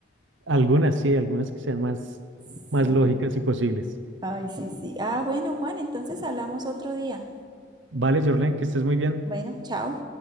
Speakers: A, on the right (about 70°); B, on the right (about 20°).
A: Algunas sí, algunas que sean más,
B: Sí.
A: más lógicas
B: sí.
A: y posibles.
B: Ay, sí, sí. Ah, bueno, Juan, entonces hablamos otro día.
A: Vale, Jorlen, que estés muy bien.
B: Bueno, chao.